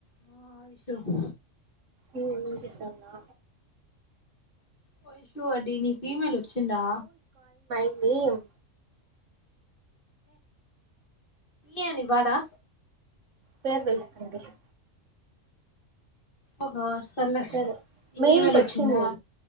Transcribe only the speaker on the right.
ఉ ఉ వినిపిస్తందా
బి య మ్
పేరు తెలుసుకో పిషు
సరే
మెయిల్
కి
వచ్చింది